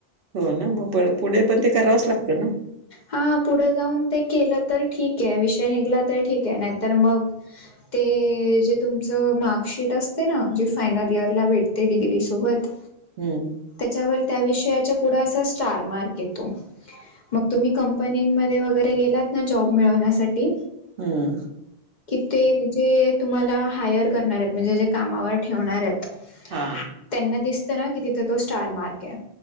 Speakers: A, on the right (about 65°); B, on the left (about 50°).
A: हो ना मग प पुढे पण ते करावंच लागतं ना.
B: हा पुढे जाऊन ते केलं तर ठीक आहे विषय निघला तर ठीक आहे नाहीतर मग. ते जे तुमचं मार्कशीट असते ना जी फायनल इयरला भेटते डिग्रीसोबत.
A: हम्म
B: त्यांच्यावर त्या विषयाचा पुढा असा स्टारमार्क येतो. मग तुम्ही कंपनीमध्ये वगैरे गेलात ना जॉब मिळवण्यासाठी
A: हम्म
B: की ते जे तुम्हाला हायर करणार आहेत म्हणजे जे कामावर ठेवणार आहेत.
A: हा
B: त्यांना दिसतं ना कि तिथं तो स्टार मार्क आहे.